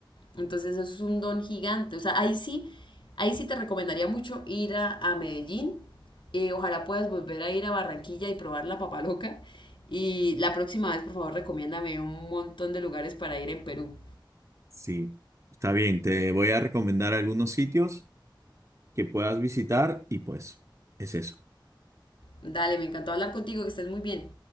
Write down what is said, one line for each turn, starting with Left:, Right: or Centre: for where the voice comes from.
Left: Entonces eso es un don gigante. O sea, ahí sí, ahí sí te recomendaría mucho ir a, a Medellín. Eh, ojalá puedas volver a ir a Barranquilla y probar la papa loca. Y la próxima vez, por favor, recomiéndame un montón de lugares para ir en Perú.
Right: Sí, está bien, te voy a recomendar algunos sitios. que puedas visitar y pues es eso.
Left: Dale, me encantó hablar contigo, que estés muy bien.